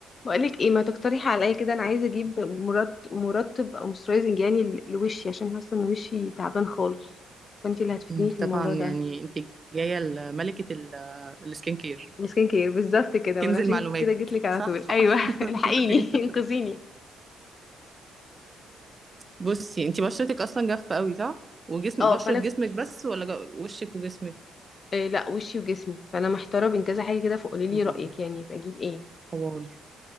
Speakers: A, on the left (about 35°); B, on the right (about 25°).
A: بقولك ايه ما تقترحي عليا كده انا عايزه اجيب مرطب مرطب او موسترايزنج يعني ل- لوشي عشان حاسه ان وشي تعبان خالص فانتي اللي هتفيديني
B: مم،
A: في الموضوع
B: طبعا يعني
A: ده
B: انت جايه لملكه ال- السكين كير
A: السكين كير بالظبط كده
B: كنز
A: ما انا عشان
B: المعلومات
A: كده جيت لك على
B: صح
A: طول ايوه <laughs> الحقيني
B: <laughs>
A: <laughs> انقذيني
B: بصي انت بشرتك اصلا جافه قوي صح وجسم
A: اه
B: بشره
A: فانا
B: جسمك بس ولا جا- وشك وجسمك
A: آه لا وشي وجسمي فانا محتاره بين كذا حاجه كده فقولي لي
B: مم.
A: رايك يعني فاجيب ايه
B: حوار